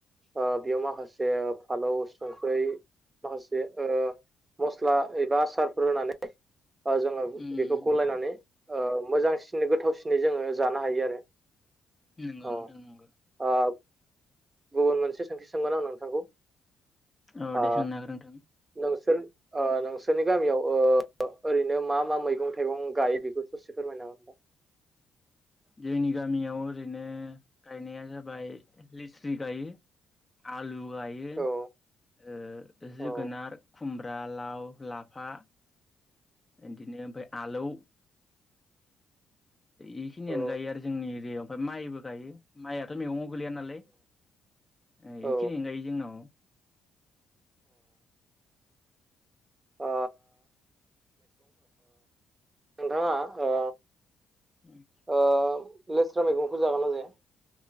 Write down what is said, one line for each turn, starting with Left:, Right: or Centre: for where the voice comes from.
Right: ओ बेयाव माखासे फालौ संख्रै माखासे ओ मस्ला एबा आसारफोर होनानै ओ जोङो
Left: उम
Right: बेखौ गलायनानै ओ मोजांसिन गोथावसिनै जोङो जानो हायो आरो।
Left: नोंगौ
Right: औ
Left: नोंथां नोंगौ।
Right: ओ गुबुन मोनसे सोंथि सोंगोन आं नोंथांखौ
Left: औ
Right: आ
Left: दे सोंनो हागोन नोंथां
Right: नोंसोर ओ नोंसोरनि गामियाव ओ ओरैनो मा मा मैगं थाइगं गायो बेखौ ससे फोरमायना हो नोंथां?
Left: जोंनि गामियाव ओरैनो गायनाया जाबाय लिस्रि गायो आलु गायो,
Right: औ
Left: ओ
Right: औ
Left: जोगोनार, खुमब्रा, लाव, लाफा, बिदिनो ओमफ्राय आलौ, इखिनियानो
Right: औ
Left: गायो आरो जोंनि एरिायाव। ओमफ्राय माइबो गायो, माइआथ' मैगङावव गोलैया नालाय ए
Right: औ
Left: इखिनिखोनो गायो जोंनाव
Right: आ नोंथांङा ओ
Left: <unintelligible>
Right: ओ लेस्रा मैगंखौ जागोन ना जाया?